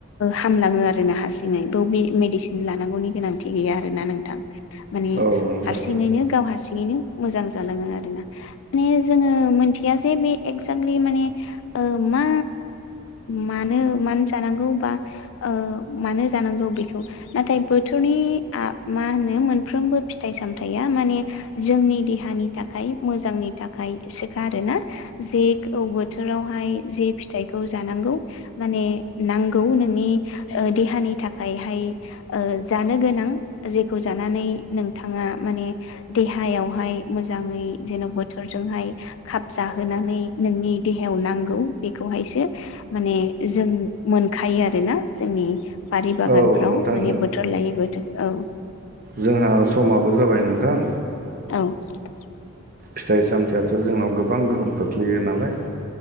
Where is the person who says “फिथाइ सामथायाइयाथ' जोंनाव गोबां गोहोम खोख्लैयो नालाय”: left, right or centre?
Right